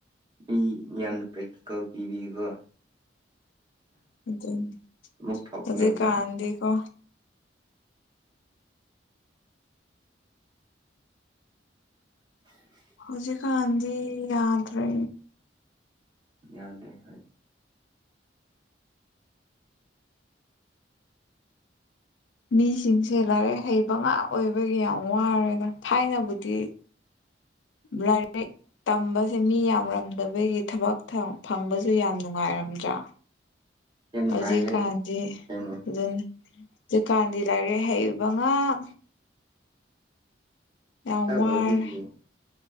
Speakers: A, on the right; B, on the left.
A: ꯃꯤ ꯌꯥꯝꯅ ꯄ꯭ꯔꯦꯛꯇꯤꯀꯜ ꯄꯤꯕꯤꯀꯣ
B: ꯑꯗꯨꯅꯤ
A: ꯑꯃꯨꯛ ꯊꯣꯛꯄꯅꯦꯕ
B: ꯍꯧꯖꯤꯛ ꯀꯥꯟꯗꯤꯀꯣ
A: <unintelligible>
B: ꯍꯧꯖꯤꯛꯀꯥꯟꯤ ꯌꯥꯗꯔꯦ
A: ꯌꯥꯗꯦ ꯍꯥꯏ
B: ꯃꯤꯁꯤꯡꯁꯦ ꯂꯥꯏꯔꯤꯛ ꯍꯩꯕ ꯉꯥꯛ ꯑꯣꯏꯕꯒꯤ ꯌꯥꯝ ꯋꯥꯔꯦꯗ ꯊꯥꯏꯅꯕꯨꯗꯤ ꯂꯥꯏꯔꯤꯛ ꯇꯝꯕ ꯃꯤ ꯌꯥꯝꯔꯝꯗꯕꯒꯤ ꯊꯕꯛ ꯐꯪꯕꯁꯨ ꯌꯥꯝ ꯅꯨꯡꯉꯥꯏꯔꯝꯗ꯭ꯔꯥ
A: ꯌꯥꯝ ꯅꯨꯡꯉꯥꯏꯌꯦ
B: ꯍꯧꯖꯤꯛꯀꯥꯟꯗꯤ
A: ꯌꯥꯝꯅ
B: ꯑꯗꯨꯅꯤ ꯍꯧꯖꯤꯛꯀꯥꯟꯗꯤ ꯂꯥꯏꯔꯤꯛ ꯍꯩꯕ ꯉꯥꯛ ꯌꯥꯝ ꯋꯥꯔꯦ
A: ꯋꯥꯏꯕꯤꯒꯤ